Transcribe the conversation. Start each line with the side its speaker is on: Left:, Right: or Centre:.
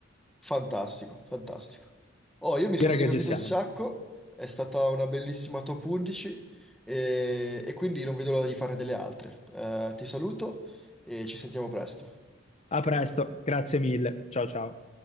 Centre: Fantastico, fantastico. Oh, io mi
Left: Direi
Centre: sono divertito
Left: che ci siamo.
Centre: un sacco, è stata una bellissima top 11 e, e quindi non vedo l'ora di fare delle altre. Eh, ti saluto e ci sentiamo presto.
Left: A presto, grazie mille. Ciao ciao.